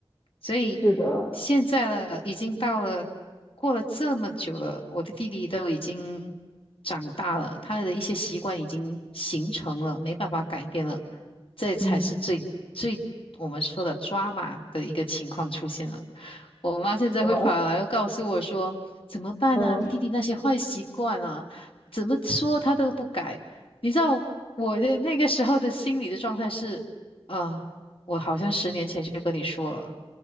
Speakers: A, on the left; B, on the left.
A: 所以现在了，
B: 是的，
A: 已经到了。过了这么久了，我的弟弟都已经长大了，他的一些习惯已经形成了，没办法改变了，这才是最最我们说的抓马的一个情况出现了。
B: 嗯，
A: 我妈现在会跑来又告诉我说：
B: 什么？
A: “怎么办呢？
B: 嗯，
A: 你弟弟那些坏习惯啊，怎么说他都不改。”你知道我的那个时候的心理的状态是啊，我好像十年前就跟你说了，